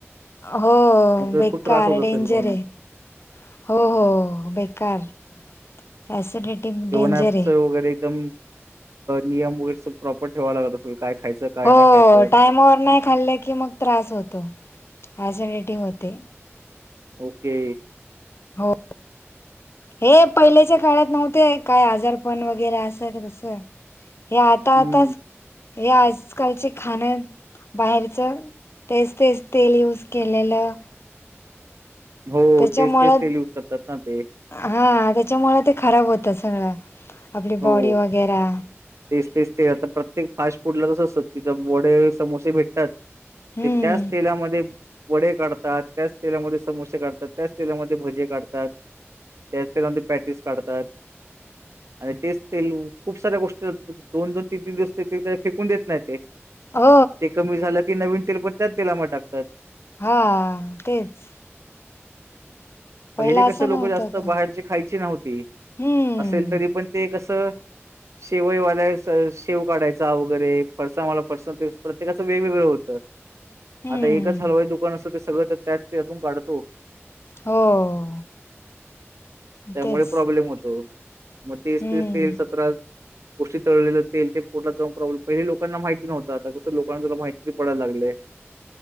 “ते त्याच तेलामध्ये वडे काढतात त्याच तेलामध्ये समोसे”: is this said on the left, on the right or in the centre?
Right